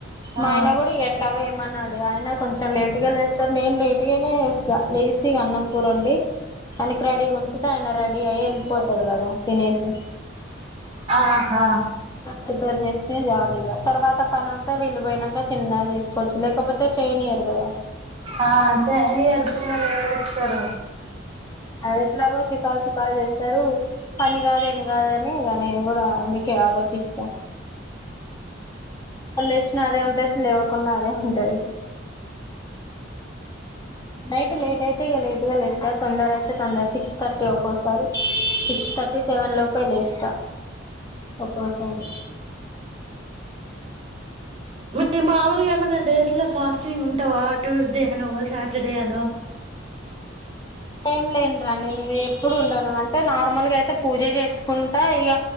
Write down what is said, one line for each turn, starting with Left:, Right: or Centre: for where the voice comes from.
Right: ఆ
Left: మాయన కూడ ఎట్లా మీరు అన్నాడు ఆయన కొంచెం లేటు గా లేస్తాడు నేను లేటుగే లేస్తా లేసి అన్నంకూరొండి మనకి రెడీగా ఉంచితే ఆయన రెడీ అయి వెళ్ళిపోతాడు కదా తినేసి
Right: ఆహా
Left: ప్రిపేర్ చేస్తే జాలీగా తర్వాత పని అంతా వెళ్ళిపోయినక చిన్నగా చేసుకోవచ్చు లేకపోతే చైనియర్ కదా
Right: ఆ చెయ్నియరు పిల్లలు ఏడుస్తరు
Left: అది ఎట్లాగో చుకాలు చుకాలు చేస్తారు పని కాదు ఏం కాదని ఇగ నేను కూడా అందుకే ఆలోచిస్తా లేచినా అదే ఉంటది లేవకున్న అదే ఉంటది నైట్ లేటు అయితే ఇగ లేట్ గా లేస్తా తొందర అయితే తొందర సిక్స్ థర్టీ ఒక్కోసారి సిక్స్ థర్టీ సెవెన్ లోపే లేస్తా ఒక్కోసారి
Right: మ మామూలుగా ఏమైన్నా డేస్ లో ఫాస్టింగ్ ఉంటావా ట్యూస్డే అనో సాటర్డే అనో
Left: ఏం లేను రాణి నే ఎప్పుడు ఉండను అంటే నార్మల్గా అయితే పూజ చేసుకుంటా ఇగ